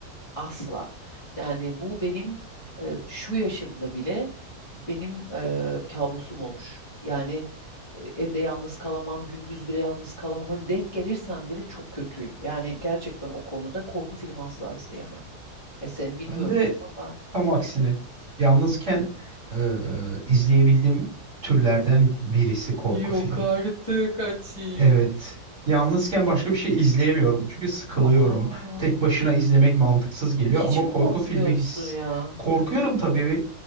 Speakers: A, on the left (about 25°); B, on the right (about 45°).
A: asla yani bu benim e, şu yaşımda bile benim e, kabusum olur yani e, evde yalnız kalamam gündüz bile yalnız kalamam Hani denk gelirsem bile çok kötüyüm yani gerçekten o konuda korku filmi asla izleyemem. E seni bilmiyorum
B: Ben de
A: ama ben
B: tam aksine yalnızken e, izleyebildiğim türlerden birisi korku
A: Yok
B: filmi.
A: artık Ati.
B: Evet. Yalnızken başka bir şey izleyemiyorum çünkü sıkılıyorum.
A: Aa,
B: Tek başına izlemek mantıksız geliyor
A: hiç
B: ama
A: mi
B: korku
A: korkmuyorsun
B: filmi his
A: ya?
B: korkuyorum tabii.